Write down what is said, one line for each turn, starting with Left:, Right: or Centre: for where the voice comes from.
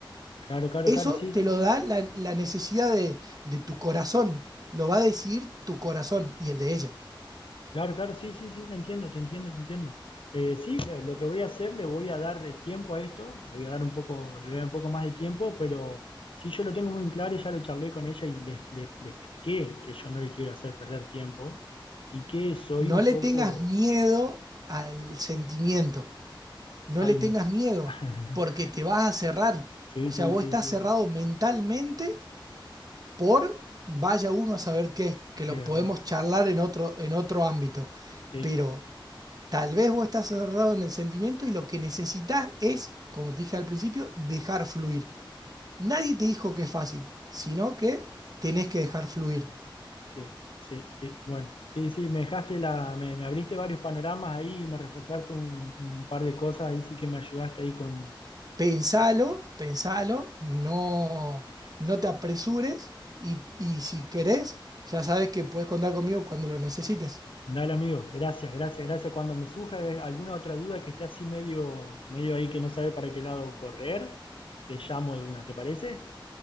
Left: claro, claro,
Right: Eso
Left: claro, sí,
Right: te
Left: sí,
Right: lo
Left: sí.
Right: da la, la necesidad de, de tu corazón. Lo va a decir tu corazón y el de ella.
Left: Claro, claro, sí, sí, sí, te entiendo, te entiendo, te entiendo. Eh, sí, lo, lo que voy a hacer, le voy a dar eh, tiempo a esto, le voy a dar un poco, le voy a dar un poco más de tiempo, pero sí, yo lo tengo muy en claro y ya lo charlé con ella y le, le, le expliqué que yo no le quiero hacer perder tiempo y que soy
Right: No
Left: un
Right: le
Left: poco...
Right: tengas miedo al sentimiento. No
Left: Ay,
Right: le tengas
Left: me...
Right: miedo
Left: <laughs>
Right: porque te vas a cerrar.
Left: Sí,
Right: O
Left: sí,
Right: sea, vos
Left: sí,
Right: estás
Left: sí,
Right: cerrado
Left: sí,
Right: mentalmente por vaya uno a saber qué, que lo
Left: es verdad.
Right: podemos charlar en otro, en otro ámbito.
Left: Sí,
Right: Pero tal vez vos estás cerrado en el sentimiento y lo que necesitas es, como te dije al principio, dejar fluir. Nadie te dijo que es fácil, sino que tenés que dejar fluir.
Left: sí, sí, sí. Bueno, sí, sí, me dejaste la, me, me abriste varios panoramas ahí y me reforzaste un, un par de cosas, ahí sí que me ayudaste ahí con
Right: Pensalo, pensalo, no, no te apresures y, y si querés, ya sabes que puedes contar conmigo cuando lo necesites.
Left: Dale, amigo. Gracias, gracias, gracias. Cuando me surja alguna otra duda que esté así medio, medio ahí que no sabe para qué lado correr, te llamo de una, ¿te parece?